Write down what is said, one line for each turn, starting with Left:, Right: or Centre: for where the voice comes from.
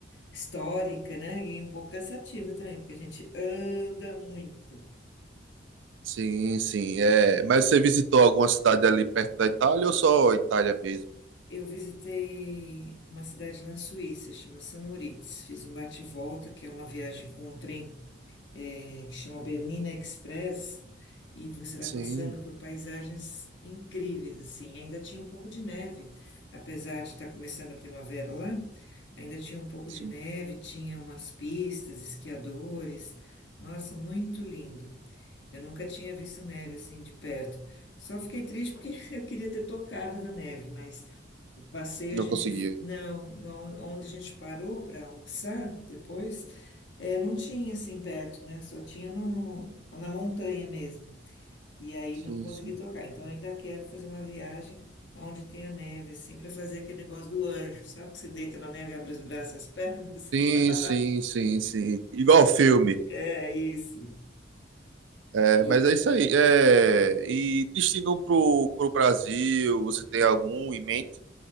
Left: histórica, né? E um pouco cansativa também, porque a gente anda muito.
Right: sim, sim. É, mas você visitou alguma cidade ali perto da Itália ou só a Itália mesmo?
Left: Eu visitei uma cidade na Suíça, chama Samoritz. Fiz um bate-volta, que é uma viagem com um trem eh, que chama Bernina Express, e você vai
Right: Sim,
Left: passando por paisagens incríveis, assim. Ainda tinha um pouco de neve, apesar de estar começando a primavera lá, ainda tinha um pouco
Right: sim.
Left: de neve, tinha umas pistas, esquiadores. Nossa, muito lindo. Eu nunca tinha visto neve assim de perto. Só fiquei triste porque <laughs> eu queria ter tocado na neve, mas o passeio
Right: Não
Left: a gente.
Right: conseguiu.
Left: Não, não- onde a gente parou para almoçar depois, eh, não tinha assim perto, né? Só tinha no, na montanha mesmo. E aí
Right: Sim,
Left: não consegui
Right: sim.
Left: tocar. Então ainda quero fazer uma viagem onde tenha neve, assim, para fazer aquele negócio do anjo. Sabe que você deita na neve e abre os braços e as pernas?
Right: Sim,
Left: <laughs>
Right: sim, sim, sim. Igual filme.
Left: É isso.
Right: É,
Left: E
Right: mas é isso aí. É, e destino pro, pro Brasil, você tem algum em mente?